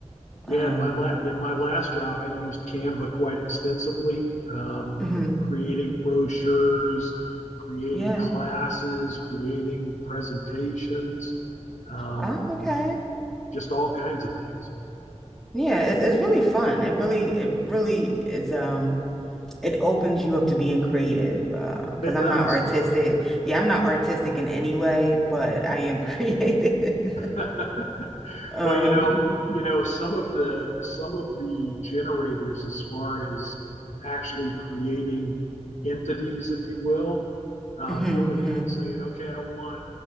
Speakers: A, in the centre; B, on the left.
A: Um,
B: Yeah, in my la- in my last job, I used Canva quite extensively, um,
A: mhm.
B: creating brochures, creating
A: Yeah.
B: classes, creating presentations, um,
A: Oh, okay.
B: just all kinds of things.
A: Yeah, it's it's really fun. It really it really is um it opens you up to being creative. Uh, because
B: It
A: I'm
B: does.
A: not artistic. Yeah, I'm not artistic in any way, but I am <laughs> creative.
B: <laughs>
A: Um,
B: Well, you know, you know, some of the some of the generators, as far as actually creating entities, if you will, um,
A: mhm,
B: going
A: mhm.
B: in and saying, okay, I want